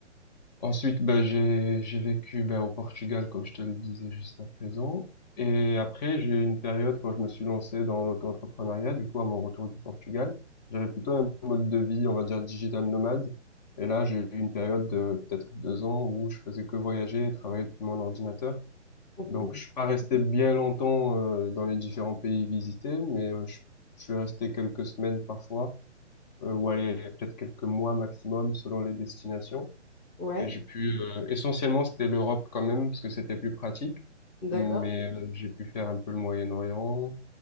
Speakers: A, on the left; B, on the left.
A: Ensuite, ben, j'ai, j'ai vécu ben, au Portugal, comme je te le disais juste à présent. Et après, j'ai eu une période quand je me suis lancé dans l'auto-entrepreneuriat, du coup, à mon retour du Portugal, j'avais plutôt un mode de vie, on va dire, digital nomade. Et là, j'ai eu une période de peut-être deux ans où je faisais que voyager et travailler depuis mon ordinateur.
B: Trop
A: Donc,
B: cool.
A: je suis pas resté bien longtemps euh, dans les différents pays visités, mais euh, je, je suis resté quelques semaines parfois, euh, ou aller peut-être quelques mois maximum selon les destinations.
B: Ouais.
A: Et j'ai pu, euh, essentiellement, c'était l'Europe quand même, parce que c'était plus pratique. Mais
B: D'accord.
A: euh, j'ai pu faire un peu le Moyen-Orient.